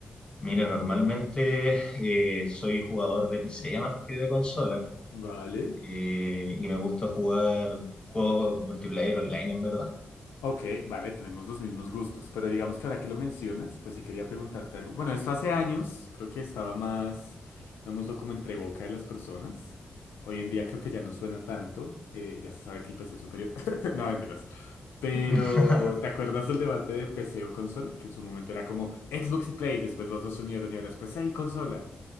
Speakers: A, on the left; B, on the left.
A: Mira, normalmente eh, soy jugador de PC más que de consola
B: Vale.
A: eh, y me gusta jugar juegos multiplayer online en verdad.
B: Ok, vale, tenemos los mismos gustos, pero digamos que ahora que lo mencionas, pues sí quería preguntarte algo. Bueno, esto hace años, creo que estaba más, lo como entre boca de las personas. Hoy en día creo que ya no suena tanto, eh, ya se sabe que el PC es superior. <laughs> No, mentiras. Pero,
A: <laughs>
B: ¿te acuerdas del debate de PC o consola? Que en su momento era como Xbox y Play, después los dos se unieron y ahora es PC y consola.